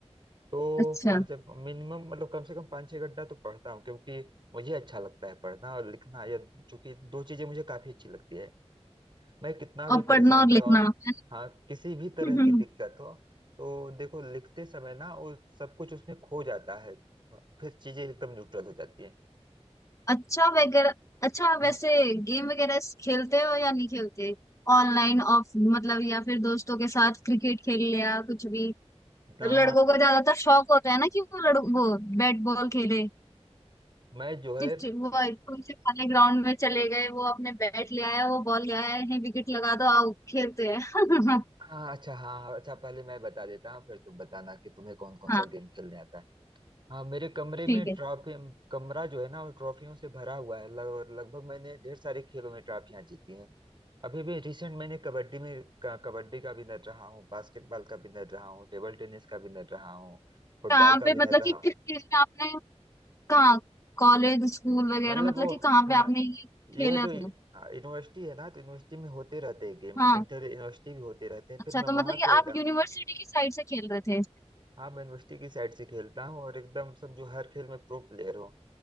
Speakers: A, on the right; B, on the left.
A: तो
B: अच्छा
A: पाँच मिनिमम मतलब कम से कम पाँच छह घंटा तो पढ़ता हूँ क्योंकि मुझे अच्छा लगता है पढ़ना और लिखना यह चूंकि दो चीजें मुझे काफी अच्छी लगती है मैं कितना भी
B: और
A: परेशान
B: पढ़ना और
A: रहा
B: लिखना
A: हूं,
B: है
A: हाँ किसी भी तरह
B: ना
A: की दिक्कत
B: <laughs>
A: हो तो देखो लिखते समय ना वो सब कुछ उसमें खो जाता है फिर चीजें एकदम न्यूट्रल हो जाती हैं
B: अच्छा वगैरह अच्छा
A: हाँ
B: वैसे गेम वगैरह स- खेलते हो या नहीं खेलते ऑनलाइन ऑफ मतलब या फिर दोस्तों के साथ क्रिकेट खेल लिया कुछ भी
A: ना
B: लड़कों को ज्यादातर शौक होता है ना कि वो लड़ वो बैट बॉल खेले
A: मैं जो है
B: जिस- वो कौन से खाली ग्राउंड में चले गए वो अपने बैट ले आया वो बॉल ले आया है विकेट लगा दो आओ खेलते हैं <laughs>
A: हाँ अच्छा हाँ अच्छा पहले मैं बता देता हूँ फिर तुम बताना कि तुम्हें कौन कौन
B: हाँ
A: सा गेम खेलने आता है हाँ मेरे कमरे में
B: ठीक है
A: ट्रॉफी कमरा जो है ना वो ट्रॉफियों से भरा हुआ है लग, लगभग मैंने ढेर सारे खेलों में ट्रॉफियां जीती हैं अभी भी रिसेंट मैंने कबड्डी में क- कबड्डी का विनर रहा हूँ बास्केटबॉल का विनर रहा हूँ टेबल टेनिस का विनर रहा हूँ फुटबॉल
B: कहाँ
A: का
B: पे
A: विनर
B: मतलब
A: रहा
B: कि
A: हूँ
B: किस चीज में आपने कहाँ कॉलेज स्कूल वगैरह
A: मतलब
B: मतलब
A: वो
B: कि कहाँ
A: हाँ
B: पे आपने ये खेला
A: यह जो
B: था
A: यूनिवर्सिटी है ना तो यूनिवर्सिटी में होते रहते हैं गेम
B: हाँ।
A: इंटर यूनिवर्सिटी भी होते रहते हैं
B: अच्छा
A: फिर
B: तो
A: मैं वहां
B: मतलब कि
A: खेलता
B: आप
A: हूँ
B: यूनिवर्सिटी की साइड से खेल रहे थे अच्छा
A: हाँ मैं यूनिवर्सिटी की साइड से खेलता हूँ और एकदम समझो हर खेल में प्रो प्लेयर हूँ